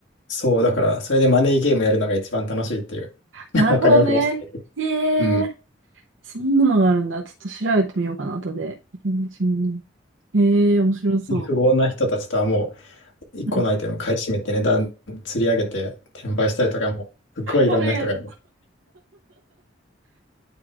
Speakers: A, on the left; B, on the right.
A: そう、だから、それでマネーゲームやるのが一番楽しいっていう。
B: なるほどね。
A: <laughs> お金を増やしてる。
B: へえ
A: うん。
B: そんなのがあるんだ。ちょっと調べてみようかな、後で。うんへえー、面白そ
A: 富豪な人たちとはもう、一個のアイテム買い占めて値段釣り上げて転売したりとかも、
B: う。うん
A: すっごいいろんな人がいる。
B: 悪いやつ。